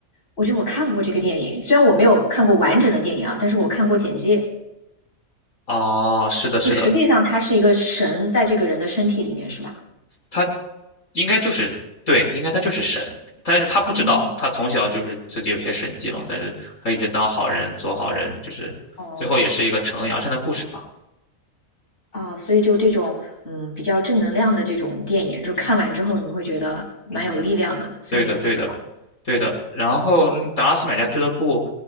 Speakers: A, on the left; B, on the left.
A: 我觉得我看过这个电影，虽然我没有看过完整的电影啊，但是我看过剪辑。
B: 哦，是的，是的，
A: 就实际上它是一个神在这个人的身体里面，是吧？
B: 他应该就是对，应该他就是神，但是他不知道，
A: 哦
B: 他从小就是自己有些神迹嘛，但是他一直当好人，做好人，就是最后也是一个惩恶扬善的故事吧。
A: 哦啊，所以就这种嗯比较正能量的这种电影，就看完之后你会觉得蛮有力量的，
B: 嗯，
A: 所以你很喜欢。
B: 对的，对的，对的。然后，嗯达拉斯买家俱乐部